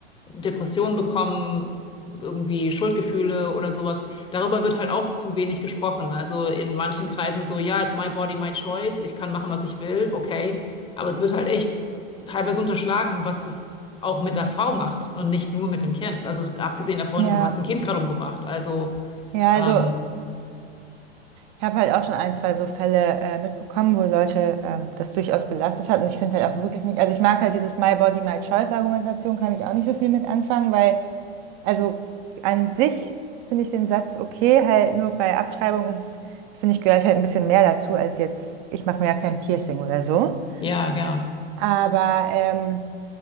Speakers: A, on the left; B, on the right.
A: Depressionen bekommen, irgendwie Schuldgefühle oder sowas. Darüber wird halt auch zu wenig gesprochen. Also in manchen Kreisen so, ja, it's my body, my choice, ich kann machen, was ich will, okay. Aber es wird halt echt teilweise unterschlagen, was das auch mit der Frau macht und nicht nur mit dem Kind. Also abgesehen davon,
B: Ja,
A: du hast ein Kind gerade umgebracht. Also
B: ja,
A: ähm,
B: also ich habe halt auch schon ein, zwei so Fälle äh, mitbekommen, wo Leute ähm, das durchaus belastet hat und ich finde halt auch wirklich nicht, also ich mag halt dieses My Body, My Choice Argumentation, kann ich auch nicht so viel mit anfangen, weil Also an sich finde ich den Satz okay, halt nur bei Abtreibung ist, finde ich, gehört halt ein bisschen mehr dazu als jetzt, ich mache mir ja kein Piercing oder so.
A: ja, ja.
B: Aber ähm,